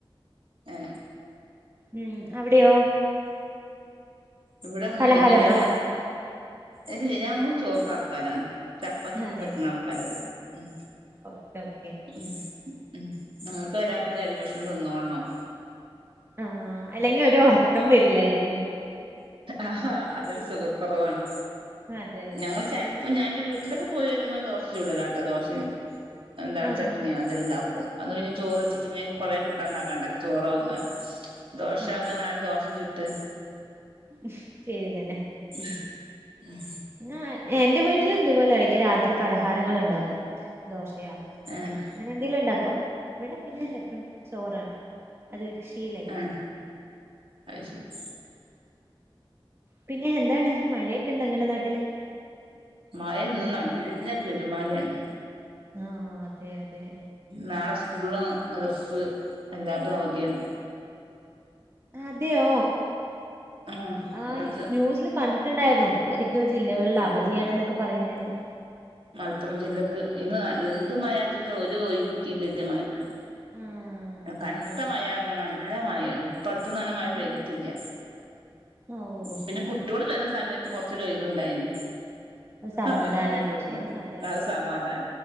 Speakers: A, on the right; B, on the right.
A: ഏ
B: ഉം അവിടയോ
A: ഇവടെ
B: പലഹാരാണോ
A: മുരിങ്ങന്നെല ഇല്ല ഞങ്ങളും ചോറിന്റെ ആൾക്കാരാണ് ചപ്പാത്തിയെന്നും
B: അതെയോ
A: പറ്റുന്ന ആൾക്കാരല്ല ഉം
B: ഓക്കെ ഓക്കെ
A: ഉം ഉം ഞങ്ങക്ക് രാത്രി അരിഭക്ഷണം തിന്നോളണം
B: ആഹ് അല്ലെങ്കി ഒരു ഉറക്കം വരില്ലായിരിക്കും
A: ആഹ് അതൊരു സുഖക്കുറവാണ്
B: അതെ അതെ
A: ഞങ്ങള് ചെൽ ഞാൻ എന്റെ വീട്ടിലൊക്കെ പോയി വരുമ്പോ ദോശ ചൂടലാട്ടോ ദോശിം എന്താണ്
B: ആഹ്
A: ചട്ണിയാ
B: ആഹ്
A: ണ്ടാക്കും അന്ന് പിന്നെ ചോറ് വച്ചിട്ട് പിന്നെ കൊറെ കൂട്ടാണ്ടാക്കണ്ടേ ചോറാവുമേ ദോശ
B: അതെ
A: ആവുമ്പോ നാല് ദോശിം ചുട്ട്
B: ഉം ശരി തന്നെ
A: ഉം ഉം
B: ആഹ് എന്റെ വീട്ടിലും ഇതുപോലെ ഇടക്ക് രാത്രി പലഹാരങ്ങൾ ഉണ്ടാക്കും ദോശയാ ചപ്പാത്തിയോ
A: ആഹ്
B: അങ്ങനെ എന്തെങ്കിലും ഉണ്ടാക്കും ഇവിടെ പിന്നെ എപ്പയും ചോറാണ് അത് ശീലായി
A: ആഹ് അത് ശരി
B: പിന്നെ എന്താണ് മഴയൊക്കെ ഉണ്ടോ ങ്ങടെ നാട്ടില്
A: മഴ ഇന്ന് നല്ല പെരുമഴയാണ്
B: ആഹ് അതെ അതെ
A: നാളെ സ്കൂള് മദ്രസ് എല്ലാതും അവധിയാണ്
B: അതെയോ
A: ആഹ്
B: ആ
A: ഇവിടൊക്കെ
B: ന്യൂസിൽ കണ്ടിട്ട് ണ്ടായിരുന്നു ഏതൊക്കെയോ ജില്ലകളിൽ
A: ഉം
B: അവധിയാണന്നൊക്കെ പറയുന്നുണ്ടായിരുന്നു
A: മലപ്പുറം ജില്ലക്ക് ഇന്ന് എന്ത് മയാച്ച്ട്ട ഒരു ഒഴിവ് കിട്ടീട്ടില്യ മയക്ക്
B: ആഹ്
A: കനത്തമഴ
B: അതെ അതെ
A: പറഞ്ഞ നല്ല മഴയാണ് ഇപ്പട്തന്നും അങ്ങനെ മഴ പെയ്തിട്ടില്ല
B: ഉം ഓഹ്
A: പിന്നെ കുട്യോൾ വരുന്ന സമയത്ത് കുറച് ഒര് ഒയിവ്ണ്ടായിനി
B: സമാധാനം
A: അങ്കണവാടിക്ക് വിട്ണ്
B: ശരി അതെ
A: അത് സമാധാന